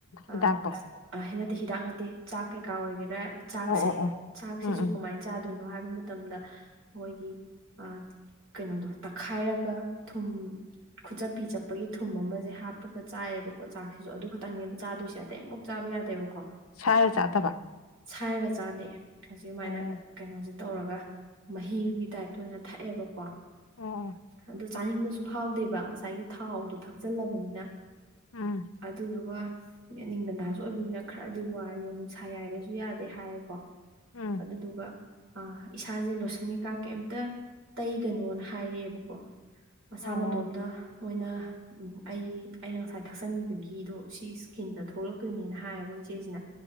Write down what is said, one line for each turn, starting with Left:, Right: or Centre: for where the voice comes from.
Right: ꯑ
Left: ꯍꯤꯗꯥꯛꯇꯣ
Right: ꯑ ꯍꯟꯅꯇꯦ ꯍꯤꯗꯥꯛ ꯅꯠꯇꯦ ꯆꯥꯛ ꯀꯩꯀꯥ ꯑꯣꯏꯒꯦꯔꯥ ꯆꯥꯛꯁꯦ
Left: ꯑꯣ ꯑꯣ ꯑꯣ
Right: ꯆꯥꯛꯁꯤꯁꯨ
Left: ꯎꯝ ꯎꯝ
Right: ꯀꯃꯥꯏꯅ ꯆꯥꯗꯣꯏꯅꯣ ꯍꯥꯏꯕ ꯃꯇꯝꯗ ꯃꯣꯏꯒꯤ ꯑ ꯀꯩꯅꯣꯗꯣ ꯇꯛꯈꯥꯏꯔꯒ ꯊꯨꯝ ꯈꯨꯆꯞꯄꯤ ꯆꯠꯄꯒꯤ ꯊꯨꯝ ꯑꯃꯁꯦ ꯍꯥꯞꯄꯒ ꯆꯥꯏꯌꯦꯕꯀꯣ ꯆꯥꯛꯁꯤꯁꯨ ꯑꯗꯨ ꯈꯛꯇꯪꯅꯦꯕ ꯆꯥꯗꯣꯏꯁꯦ ꯇꯩ ꯑꯃꯐꯨꯛ ꯆꯥꯕ ꯌꯥꯗꯦꯕꯀꯣ
Left: ꯁꯥꯏꯔ ꯆꯥꯗꯕ
Right: ꯁꯥꯏꯔꯒ ꯆꯥꯗꯦ ꯍꯧꯖꯤꯛꯃꯥꯏꯅ
Left: ꯑꯣ
Right: ꯀꯩꯅꯣꯁꯤ ꯇꯧꯔꯒ ꯃꯍꯤꯒꯤ ꯇꯥꯏꯞꯇ ꯑꯣꯏꯅ ꯊꯛꯑꯦꯕꯀꯣ
Left: ꯎꯝ ꯎꯝ
Right: ꯑꯗꯨ ꯆꯥꯅꯤꯡꯕꯁꯨ ꯐꯥꯎꯗꯦꯕ ꯉꯁꯥꯏꯒꯤ ꯊꯥꯎꯗꯣ ꯊꯛꯆꯜꯂꯕꯅꯤꯅ
Left: ꯎꯝ
Right: ꯑꯗꯨꯗꯨꯒ ꯅꯤꯡꯊꯝꯊꯥꯁꯨ ꯑꯣꯏꯕꯅꯤꯅ ꯈꯔꯗꯤ ꯋꯥꯏꯑꯦ ꯅꯨꯡꯁꯥ ꯌꯥꯏꯕꯁꯨ ꯌꯥꯗꯦ ꯍꯥꯏꯌꯦꯀꯣ
Left: ꯎꯝ
Right: ꯑꯗꯨꯗꯨꯒ ꯑ ꯏꯁꯥꯁꯦ ꯂꯣꯁꯟ ꯀꯩꯀꯥ ꯀꯩꯝꯇ ꯇꯩꯒꯅꯣꯅ ꯍꯥꯏꯔꯛꯑꯦꯕꯀꯣ ꯃꯁꯥ
Left: ꯑꯣ ꯑꯣ
Right: ꯃꯇꯣꯝꯗ ꯃꯣꯏꯅ ꯑꯩꯒꯤ ꯑꯩꯅ ꯉꯁꯥꯏ ꯊꯛꯆꯟꯈꯤꯕ ꯘꯤꯗꯣ ꯁꯤ ꯁ꯭ꯀꯤꯟꯗ ꯊꯣꯛꯂꯛꯇꯣꯏꯅꯦꯅ ꯍꯥꯏꯌꯦꯕ ꯏꯆꯦꯁꯤꯅ